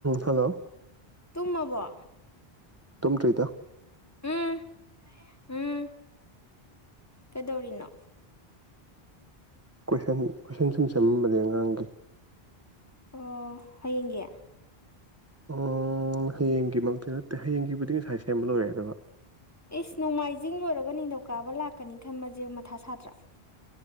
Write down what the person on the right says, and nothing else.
ꯍꯜꯂꯣ
ꯇꯨꯝꯗꯔꯤꯗ꯫
ꯀꯣꯏꯁꯟ ꯀꯣꯏꯁꯟ ꯁꯨꯝ ꯁꯦꯝꯃꯝꯕꯅꯦ ꯑꯉꯥꯡꯒꯤ
ꯑꯝꯝ ꯍꯌꯦꯡꯒꯤꯃꯛꯇꯤ ꯅꯠꯇꯦ ꯍꯌꯦꯡꯒꯤꯕꯨꯗꯤ ꯉꯁꯥꯏ ꯁꯦꯝꯕ ꯂꯣꯏꯔꯦ ꯑꯅꯝꯕ꯫